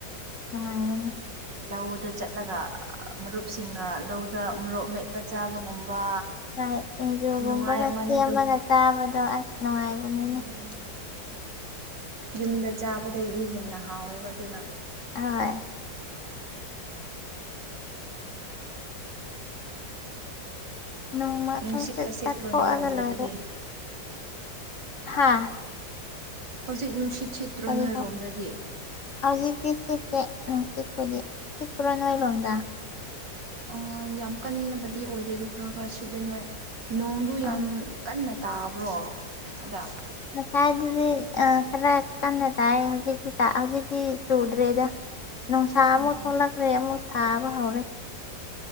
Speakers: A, on the left; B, on the right.
A: ꯅꯨꯉꯥꯏꯕꯅꯤ
B: ꯂꯧꯗ ꯆꯠꯂꯒ ꯃꯔꯨꯞꯁꯤꯡꯒ ꯂꯧꯗ ꯃꯣꯔꯣꯛ ꯃꯦꯠꯄ ꯆꯥꯕꯒꯨꯝꯕ
A: ꯍꯥꯏ ꯁꯤꯡꯖꯨꯒꯨꯝꯕꯒ
B: ꯈꯨꯅꯨꯡꯉꯥꯏ ꯑꯃꯅꯦ
A: ꯁꯦꯝꯃꯒ
B: ꯑꯗꯨ
A: ꯆꯥꯕꯗꯣ ꯑꯁ ꯅꯨꯡꯉꯥꯏꯕꯅꯤꯅꯦ
B: ꯎꯝ ꯌꯨꯝꯗ ꯆꯥꯕꯗꯩꯗꯤ ꯍꯦꯟꯅ ꯍꯥꯎꯋꯦꯕ ꯑꯗꯨꯅ
A: ꯑꯣꯏ ꯅꯣꯡꯃ
B: ꯅꯨꯡꯁꯤꯠꯀ
A: <inaudible> ꯆꯥꯊꯣꯛꯑꯒ
B: ꯁꯤꯠꯇ꯭ꯔꯣ ꯅꯣꯏꯔꯣꯝꯗꯗꯤ
A: ꯂꯣꯏꯔꯦ ꯍꯥꯥ
B: ꯍꯧꯖꯤꯛ ꯅꯨꯡꯁꯤꯠ ꯁꯤꯠꯇ꯭ꯔꯣ
A: ꯀꯔꯤ
B: ꯅꯣꯏꯔꯣꯝꯗꯗꯤ
A: ꯍꯥꯏ ꯍꯧꯖꯤꯛꯇꯤ ꯁꯤꯠꯇꯦ ꯅꯨꯡꯁꯤꯠꯄꯨꯗꯤ ꯁꯤꯠꯄ꯭ꯔꯥ ꯅꯣꯏꯔꯣꯝꯗ
B: ꯑ ꯌꯥꯝ ꯀꯟꯅꯕꯗꯤ ꯑꯣꯏꯗꯦ ꯑꯗꯨ ꯈꯔ ꯈꯔ ꯁꯤꯠꯂꯦ ꯅꯣꯏ ꯅꯣꯡꯗꯨ ꯌꯥꯝ
A: ꯑꯥ
B: ꯀꯟꯅ ꯇꯥꯕ꯭ꯔꯣ ꯑꯗ
A: ꯉꯁꯥꯏꯗꯨꯗꯤ ꯑꯥ ꯈꯔ ꯀꯟꯅ ꯇꯥꯏꯌꯦꯪ ꯍꯧꯖꯤꯛꯇꯤ ꯇꯥꯏꯌꯦ ꯍꯧꯖꯤꯛꯇꯤ ꯆꯨꯗ꯭ꯔꯦꯗ ꯅꯨꯡꯁꯥ
B: ꯎꯝ
A: ꯑꯃꯨꯛ ꯊꯣꯛꯂꯛꯈ꯭ꯔꯦ ꯑꯃꯨꯛ ꯁꯥꯕ ꯍꯧꯔꯦ